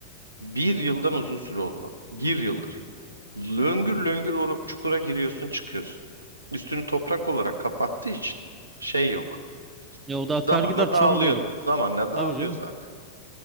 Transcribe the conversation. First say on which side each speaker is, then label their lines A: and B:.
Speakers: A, on the right; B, on the right.
A: Bir yıldan uzun süre oldu bak. Bir yıldır. Löngür löngür o çukura giriyorsun çıkıyorsun. Üstünü toprak olarak kapattığı için şey yok.
B: Ya o da akar
A: Zamanla
B: gider çamur
A: dağılıyor.
B: olur.
A: Zamanla dağılıyor
B: Tabii canım.
A: zaten